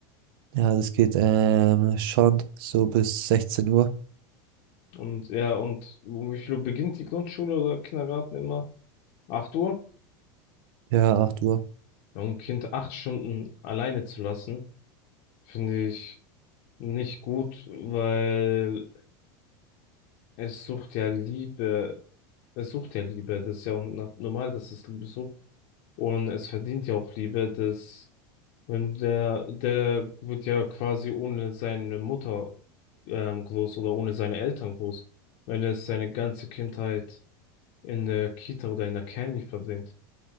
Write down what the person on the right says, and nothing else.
Ja, das geht ähm, schon so bis 16 Uhr.
Ja, acht Uhr.